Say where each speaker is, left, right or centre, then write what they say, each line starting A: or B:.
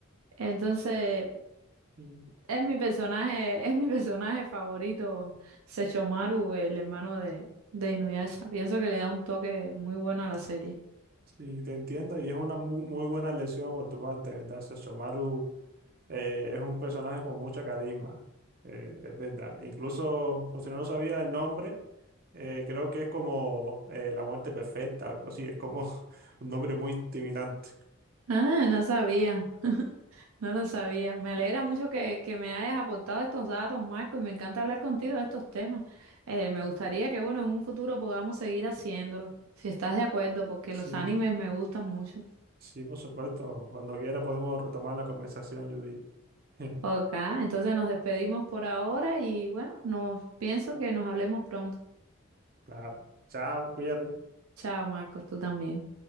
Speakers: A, on the right (about 80°); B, on the right (about 45°).
A: Entonces...
B: sí.
A: Es mi personaje, es mi personaje favorito, Sechomaru, el hermano de, de Inuyasha. Pienso que le da un toque muy bueno a la serie.
B: Sí, te entiendo, y es una mu- muy, buena elección por tu parte, ¿verdad? Sesshomaru eh, es un personaje con mucha carisma, eh, es verdad. Incluso, por si no lo sabía el nombre, eh, creo que es como eh, la muerte perfecta, algo así, es como <laughs> un nombre muy intimidante.
A: Ah, no sabía, <laughs> no lo sabía. Me alegra mucho que, que me hayas aportado estos datos, Marco, y me encanta hablar contigo de estos temas. Eh, me gustaría que, bueno, en un futuro podamos seguir haciéndolo, si estás de acuerdo, porque
B: Sí,
A: los animes me gustan mucho.
B: sí, por supuesto. Cuando quiera podemos retomar la conversación, Judy. <laughs>
A: Ok, entonces nos despedimos por ahora y bueno, nos pienso que nos hablemos pronto.
B: Claro. Chao, cuídate.
A: Chao, Marcos, tú también.